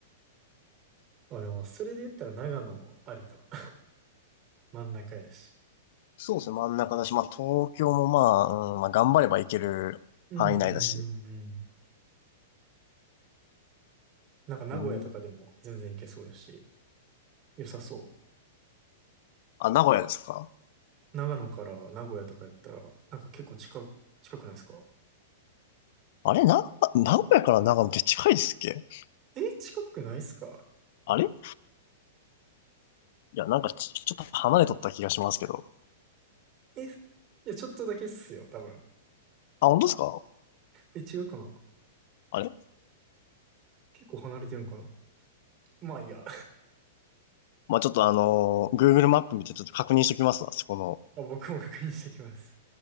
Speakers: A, on the right; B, on the left.
A: あ、でも、それで言ったら長野ありか。<laughs> 真ん中やし。
B: そうですね、真ん中だし、まあ東京もまあ、うん、まあ頑張れば行ける範囲内だし。
A: うんうんうんうん。なんか名古屋とかでも全然行けそうやし、
B: うん
A: 良さそう。
B: あ、名古屋ですか
A: 長野から名古屋とかやったら、なんか結構近く、近くないですか
B: あれな、名古屋から長野って近いですっけ
A: え、近くないっすか
B: あれいや、なんかち、ちょっと離れとった気がしますけど。
A: え、いや、ちょっとだけっすよ、多分。
B: あ、本当ですか
A: え、違うかな
B: あれ
A: 結構離れてるんかなまあいいや。
B: まあちょっとあのー、Google マップ見てちょっと確認してきますわ、そこの
A: <laughs> あ僕も確認してきます。